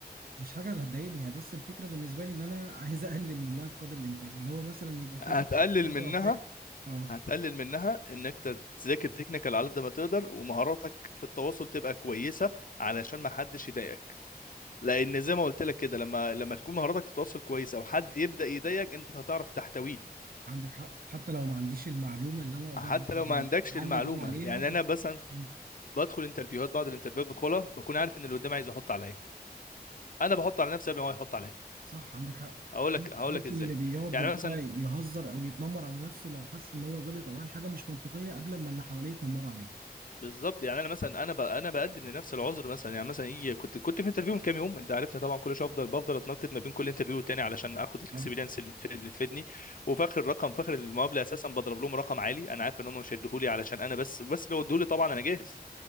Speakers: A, on the right (about 65°); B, on the left (about 55°).
A: مش حاجة هتضايقني هي بس الفكرة بالنسبة لي إن أنا عايز أقلل منها بقدر الإمكان اللي هو مثلا يبقى في
B: هتقلل
A: نسبة خبرة
B: منها
A: وفهم أه
B: هتقلل منها ان انت تذاكر تكنيكال على قد ما تقدر ومهاراتك في التواصل تبقى كويسه علشان ما حدش يضايقك لان زي ما قلت لك كده لما لما تكون مهاراتك في التواصل كويسه وحد يبدا يضايقك انت هتعرف تحتويه
A: عندك حق حتى لو ما عنديش المعلومة اللي أنا أقدر
B: حتى
A: يعني
B: لو ما عندكش
A: أعلي
B: المعلومه
A: بيها عليها
B: يعني
A: بس
B: انا مثلا
A: مم.
B: بدخل انترفيوهات بعض الانترفيوهات بدخلها بكون عارف ان اللي قدامي عايز يحط عليا انا بحط على نفسي قبل ما هو يحط عليا
A: صح عندك حق
B: هقول لك هقول
A: قلت
B: لك ازاي
A: اللي بيقعد
B: يعني
A: اللي
B: مثلا
A: هو يهزر أو يتنمر على نفسه لو حس إن هو غلط أو قال حاجة مش منطقية قبل ما اللي حواليه يتنمروا عليه
B: بالظبط يعني انا مثلا انا ب... انا بقدم لنفس العذر مثلا يعني مثلا يجي كنت كنت في انترفيو من كام يوم انت عارفني طبعا كل شويه افضل بفضل اتنطط ما بين كل انترفيو والتاني علشان اخد الاكسبيرينس
A: اه
B: اللي تف- اللي تفيدني وفي اخر الرقم في اخر المقابله اساسا بضرب لهم رقم عالي انا عارف ان هم مش هيديهولي علشان انا بس بس لو اديهولي طبعا انا جاهز